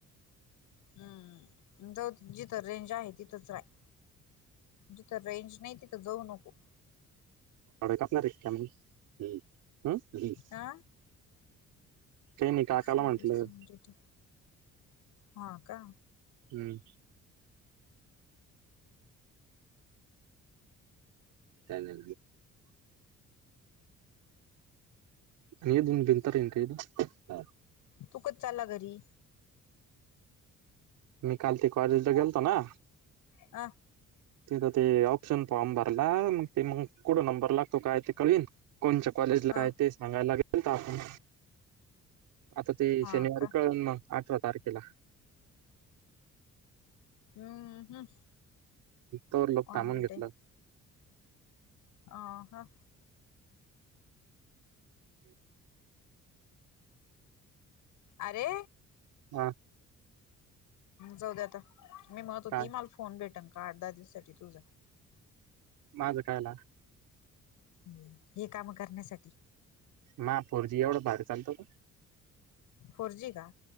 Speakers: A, on the left (about 85°); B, on the right (about 90°).
A: हम्म जा जिथं रेंज आहे तिथंच राय जिथं रेंज नाही तिथं जाऊ नको
B: काणार हम्
A: हा
B: काही नाही काकाला
A: सर्विसिंग
B: म्हटलं
A: डेटा हा का
B: हम्म ल न दून भनतार इन का
A: तू कच चालला घरी
B: मीिकलते कॉज गलतो ना
A: ह
B: तिथं ते ऑप्शन फॉर्म भरला मग ते मग कठं नंबर लागतो काय ते कळवीन कोणच्या कॉलेजला
A: अ
B: काय ते सांगायला लागेल तर आपण आता ते
A: हा
B: शनिवारी
A: का
B: कळून मग अठरा तारखेला
A: हम्म हम्
B: तर लोक
A: ऑनली
B: थांबून घेतलं
A: आ हा अरे
B: हा
A: जाऊ द्या आता मी मत होती
B: काय
A: मला फोन भेटन का दासाठीठी तुझ
B: माझं कायला
A: ह् हे काम करण्यासाठी
B: म फोरजी एवढं बाहेर चालतो का
A: फोरजी का